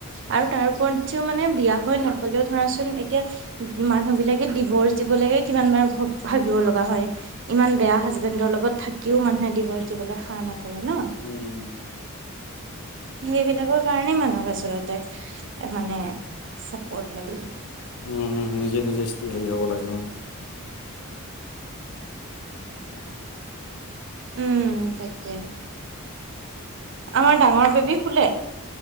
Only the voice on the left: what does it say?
উম
উমম নিজে নিজে হেৰি হ'ব লাগে উম। <inaudible>